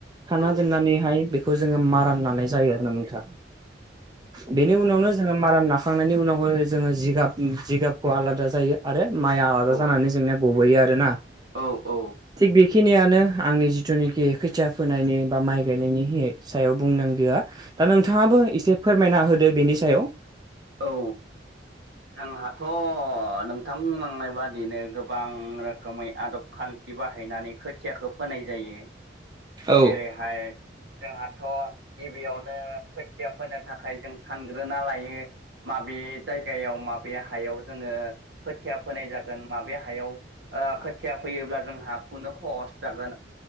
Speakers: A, on the right (about 20°); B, on the right (about 70°).
A: खाना
B: औ
A: दोननानैहाय बेखौ जोङो मा राननानै जायो आरोना। नोंथाङा बेनि उनावनो जोङो मारान नाखांनायनि उनावहाय जोङो जिगाब जिगाबखौ आलादा जायो। आरो माइआ आलादा
B: औ
A: जानानै जोंनिया गबोैयो आरोना।
B: औ औ।
A: थिग बेखिनियानो आंनि जिथुनाखि खैथिया फोनायनि बा माइ गायनायनि सायाव बुंनांगौआ दा नोंथाङाबो एसे फोरमायना होदो बेनि सायाव।
B: औ। जोंहाथ' नोंथांनांनाय बादिनो गोबां रोखोमै आदब खान्थि बाहायनानै खोथियाखौ फोनाय जायो।
A: औ
B: जेरैहाय जोंहाथ' गिबियावनो खोथिया फोनो थाखाय जों सानग्रोना लायो। माबे जायगायाव माबे हायाव जोङो खोथिया फोनाय जागोन माबे हायाव खोथिया फैयोब्ला जोंहा फुनो खहस जागोन।